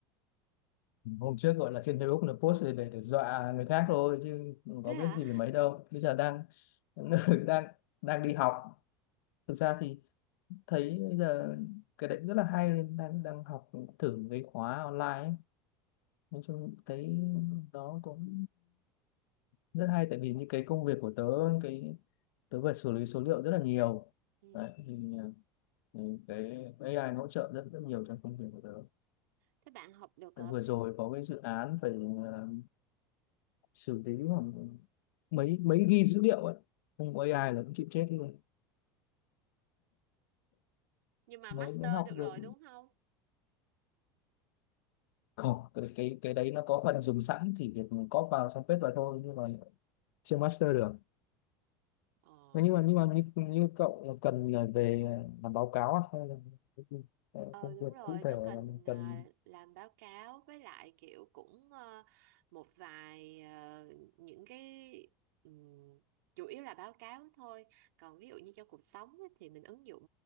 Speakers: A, on the left; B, on the right.
A: hôm trước gọi là trên Facebook là post để, để, để dọa người khác thôi chứ không
B: thế
A: có
B: hả
A: biết gì về mấy đâu bây giờ đang <laughs> đang đang đi học thực ra thì thấy bây giờ cái đấy cũng rất là hay nên đang đang học thử cái khóa online ấy. nói chung thấy nó cũng rất hay tại vì những cái công việc của tớ cái tớ phải xử lý số liệu rất là nhiều
B: ừ.
A: đấy, thì ừ, cái AI nó hỗ trợ rất rất nhiều trong công việc của tớ
B: thế bạn học được ờ,
A: Tại vừa rồi có cái dự án phải à, xử lý khoảng mấy mấy ghi dữ liệu ấy không có AI là cũng chịu chết luôn
B: nhưng mà
A: mới
B: master
A: mới học
B: được rồi
A: được
B: đúng không
A: không cái cái cái đấy nó có phần dùng sẵn chỉ việc có vào xong paste vào thôi nhưng mà chưa master được
B: ờ
A: Thế nhưng mà nhưng mà như, như cậu cần là về làm báo cáo à? hay là cái gì? Ờ,
B: ờ
A: công
B: đúng
A: việc
B: rồi,
A: cụ thể
B: tớ
A: là
B: cần
A: mình
B: ờ,
A: cần
B: làm báo cáo với lại kiểu cũng ờ, một vài ờ, những cái ừm, chủ yếu là báo cáo thôi. Còn ví dụ như cho cuộc sống ấy, thì mình ứng dụng